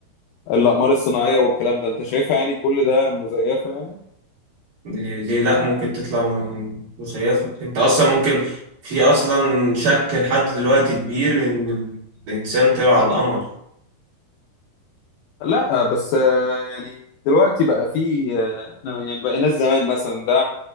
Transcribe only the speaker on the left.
الأقمار الصناعية والكلام ده انت شايفها يعني كل ده مزيفة يعني
لا بس آه، يعني دلوقتي بقى في آه، احنا يعني بقيناش زمان مثلا ده